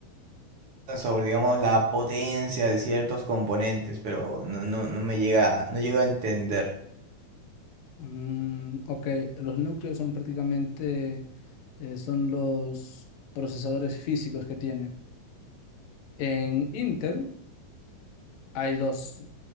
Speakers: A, on the right; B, on the left.
A: sobre, digamos, la potencia de ciertos componentes, pero no, no, no me llega, no llego a entender.
B: Mm, ok, los núcleos son prácticamente eh, son los procesadores físicos que tiene. En Intel hay dos